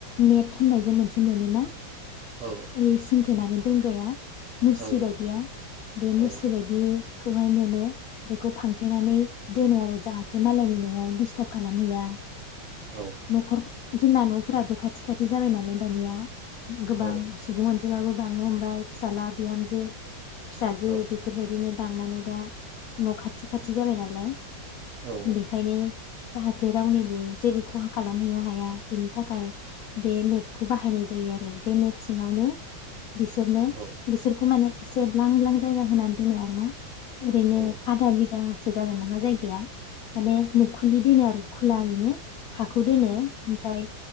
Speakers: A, on the left (about 80°); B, on the right (about 70°).
A: नेट होननायजों मोनसे मोनोना।
B: औ
A: ओरै सोंथेनानै। दोनग्राया। मुस्रि
B: औ
A: बायदिया बे
B: औ
A: मुस्रि बायदि खौहाय मोनो। बेखौ फांथेनानै दोनो आरो जाहाथे मालायनि नवाव दिस्टार्ब खालामहैया।
B: औ
A: नखर जोंना नफोराबो खाथि खाथि जाबाय नालाय दानिया। गोबां
B: औ
A: सुबुं अनजि जिमाबो बांनो हमबाय फिसाला बिहामजो फिसाजो
B: औ
A: बेफोरबायदिनो बांनानै दा न खाथि खाथि जाबाय नालाय।
B: औ
A: बेखायनो जाहाथे रावनिबो जेबो खहा खालामहैनो हाया बेनि थाखाय बे नेटखौ बाहायनाय जायो आरो बे नेट सिङावनो बिसोरनो
B: औ
A: बिसोरखौ माने एसे ब्लां ब्लां जायगा होनानै दोनो आरोना ओरैनो
B: औ
A: आदा बिगासो जागोन नामा जाय गाया। माने मुखुलि दोनो आरो खुलायैनो हाखौ दोनो ओमफ्राय